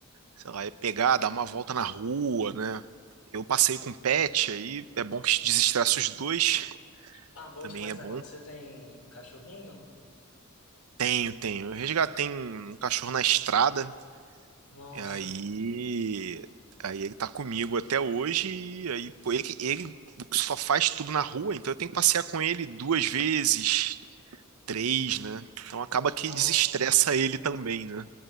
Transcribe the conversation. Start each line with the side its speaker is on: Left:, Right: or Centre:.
Right: sei lá, é pegar, dar uma volta na rua, né? Eu passei com pet, aí é bom que desestressa os dois.
Left: Ah, bom
Right: Também
Left: demais.
Right: é bom.
Left: É quando você tem cachorrinho?
Right: Tenho, tenho. Eu resgatei um, um cachorro na estrada,
Left: Nossa,
Right: e aí, aí ele tá comigo até hoje, e aí, pô, ele, que- ele só faz tudo na rua, então eu tenho que passear com ele duas vezes, três, né? Então acaba que
Left: nossa.
Right: desestressa ele também, né?